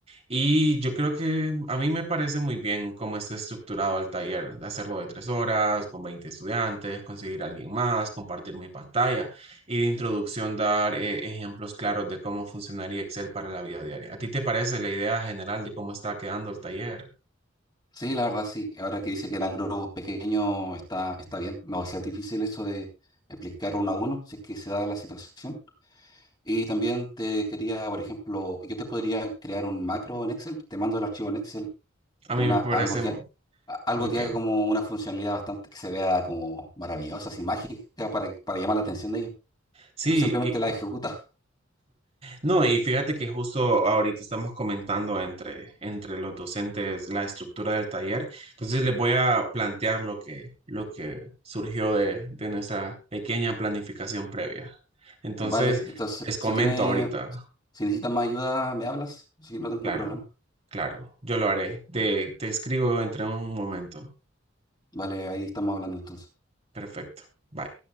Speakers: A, on the right; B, on the left.
A: Y yo creo que a mí me parece muy bien cómo está estructurado el taller, de hacerlo de tres horas, con 20 estudiantes, conseguir a alguien más, compartir mi pantalla y de introducción dar eh, ejemplos claros de cómo funcionaría Excel para la vida diaria. ¿A ti te parece la idea general de cómo está quedando el taller?
B: Sí, la verdad sí. Ahora que dice que eran grupos pequeños, está, está bien. No va a ser difícil eso de explicar uno a uno, si es que se da la situación. Y también te quería, por ejemplo, yo te podría crear un macro en Excel, te mando el archivo en Excel,
A: A
B: una,
A: mí me parece
B: algo que, a- algo
A: muy
B: que
A: bien.
B: haga como una funcionalidad bastante que se vea como maravillosa, así mágica, para, para llamar la atención de ellos.
A: Sí,
B: Tú simplemente la ejecutas,
A: No, y fíjate que justo ahorita estamos comentando entre, entre los docentes la estructura del taller. Entonces les voy a plantear lo que, lo que surgió de, de nuestra pequeña planificación previa.
B: <laughs>
A: Entonces,
B: ¿vale? Entonces,
A: les comento
B: si tiene,
A: ahorita.
B: si necesitas más ayuda, me hablas, si no tengo
A: Claro,
B: problema.
A: claro, yo lo haré. Te, te escribo entre un momento.
B: Vale, ahí estamos hablando entonces.
A: Perfecto. Bye.